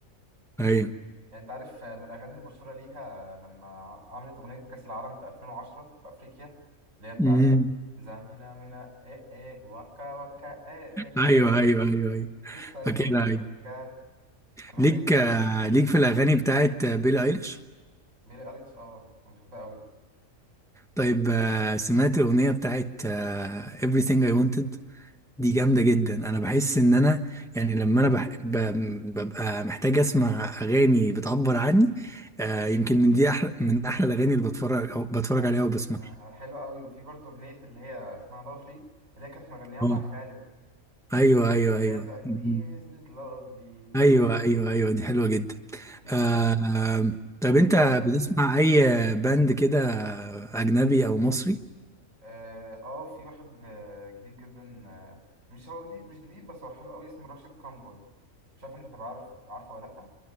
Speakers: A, in the centre; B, on the right.
A: ايوه
B: يعني انت عارف آه، من الاغاني المشهوره ليها لما عملت اغنيه كاس العالم في 2010 في افريقيا اللي هي بتاعت
A: امم
B: زامينا مينا ايه ايه وكا وكا ايه ايه فاكرها
A: ايوه ايوه ايوه ايوه
B: This time
A: فاكرها
B: for
A: ايوه
B: Africa الأغنية
A: ليك
B: دي
A: آه ليك في الاغاني بتاعت آه، بيلي ايليش
B: بيلي أليكس اه أنا بحبها أوي
A: طيب آه سمعت الاغنيه بتاعت آه Everything I Wanted دي جامدة جدا انا بحس ان انا يعني لما انا بح... ب... ببقى محتاج اسمع اغاني بتعبر عني آه يمكن من دي احلى من احلى الاغاني اللي بتفرج أو بتفرج
B: أنا-
A: عليها وبسمعها
B: آه، حلوة أوي وفي برضه أغنية اللي هي اسمها لافلي اللي هي كانت مغنيها
A: اه
B: مع خالد
A: ايوه ايوه
B: اللي
A: ايوه
B: هي بتاعت
A: مم.
B: isn't lovely
A: ايوه ايوه ايوه دي حلوة جدا
B: في
A: آه طب
B: وفي
A: انت
B: برضه
A: بتسمع اي باند كده اجنبي او مصري
B: اه آه، في واحد آه، جديد جدا آه، مش هو جديد مش جديد بس هو حلو أوي اسمه راشد كامبول مش عارف أنت تبقى عارف عارفه ولا لأ